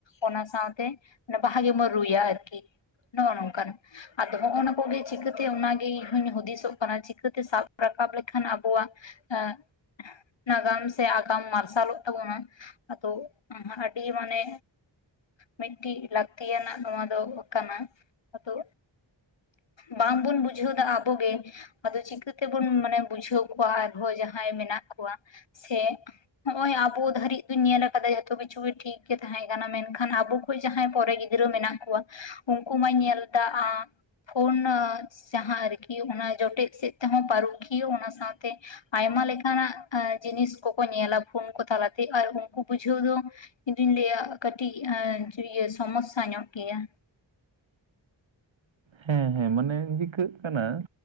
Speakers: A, on the left; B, on the right.
A: ᱚᱱᱟ ᱥᱟᱶᱛᱮ ᱵᱟᱦᱟ ᱜᱮ ᱵᱚᱱ ᱨᱩᱭᱟ ᱟᱨᱠᱤ᱾ ᱱᱚᱜ-ᱚ ᱱᱚᱝᱠᱟᱱ᱾ ᱟᱫᱚ ᱦᱚᱸᱜ-ᱚ ᱱᱟ ᱠᱚᱜᱮ ᱪᱤᱠᱟᱹᱛᱮ ᱚᱱᱟᱜᱮ ᱤᱧ ᱦᱚᱸᱧ ᱦᱩᱫᱤᱥᱚᱜ ᱠᱟᱱᱟ ᱪᱤᱠᱟᱹᱛᱮ ᱥᱟᱵ ᱨᱟᱠᱟᱵ ᱞᱮᱠᱷᱟᱱ ᱟᱵᱚᱣᱟᱜ ᱮᱸᱜ ᱱᱟᱜᱟᱢ ᱥᱮ ᱟᱜᱟᱢ ᱢᱟᱨᱥᱟᱞᱚᱜ ᱛᱟᱵᱚᱱᱟ? ᱟᱫᱚ ᱟᱹᱰᱤ ᱢᱟᱱᱮ ᱢᱤᱫᱴᱤᱡ ᱞᱟᱹᱠᱛᱤᱭᱟᱱᱟᱜ ᱱᱚᱣᱟ ᱫᱚ ᱠᱟᱱᱟ᱾ ᱟᱫᱚ ᱵᱟᱝ ᱵᱚᱱ ᱵᱩᱡᱷᱟᱹᱣᱫᱟ ᱟᱵᱚ ᱜᱮ᱾ ᱟᱫᱚ ᱪᱤᱠᱟᱹᱛᱮ ᱵᱚᱱ ᱢᱟᱱᱮ ᱵᱩᱡᱷᱟᱹᱣ ᱠᱚᱣᱟ ᱟᱨᱦᱚᱸ ᱡᱟᱸᱦᱟᱭ ᱢᱮᱱᱟᱜ ᱠᱚᱣᱟ᱾ ᱥᱮ ᱱᱚᱜ-ᱚᱭ ᱟᱵᱚ ᱫᱷᱟᱹᱨᱤᱡ ᱫᱩᱧ ᱧᱮᱞ ᱟᱠᱟᱫᱟ ᱡᱚᱛᱚ ᱠᱤᱪᱷᱩ ᱜᱮ ᱴᱷᱤᱠ ᱜᱮ ᱛᱟᱦᱮᱸ ᱠᱟᱱᱟ᱾ ᱢᱮᱱᱠᱷᱟᱱ ᱟᱵᱚ ᱠᱚ ᱡᱟᱦᱟᱸᱭ ᱯᱚᱨᱮ ᱜᱤᱫᱽᱨᱟᱹ ᱢᱮᱱᱟᱜ ᱠᱚᱣᱟ ᱩᱱᱠᱩ ᱢᱟᱧ ᱧᱮᱞᱫᱟ-ᱟ ᱯᱷᱳᱱ ᱡᱟᱦᱟᱸ ᱟᱨᱠᱤ ᱚᱱᱟ ᱡᱚᱴᱮᱫ ᱥᱮᱫ ᱛᱮᱦᱚᱸ ᱯᱟᱹᱨᱩᱠᱷᱤᱭᱟᱹ ᱚᱱᱟ ᱥᱟᱶᱛᱮ ᱟᱭᱢᱟ ᱞᱮᱠᱟᱱᱟᱜ ᱟᱸ ᱡᱤᱱᱤᱥ ᱠᱚᱠᱚ ᱧᱮᱞᱟ ᱯᱷᱳᱱ ᱠᱚ ᱛᱟᱞᱟᱛᱮ ᱟᱨ ᱩᱱᱠᱩ ᱵᱩᱡᱷᱟᱹᱣ ᱫᱚ ᱤᱧ ᱫᱩᱧ ᱞᱟᱹᱭᱟ ᱠᱟᱹᱴᱤᱡ ᱮᱸ ᱤᱭᱟᱹ ᱥᱚᱢᱚᱥᱥᱟ ᱧᱚᱜ ᱜᱮᱭᱟ᱾
B: ᱦᱩᱸ ᱦᱩᱸ ᱢᱟᱱᱮ ᱪᱤᱠᱟᱹᱜ ᱠᱟᱱᱟ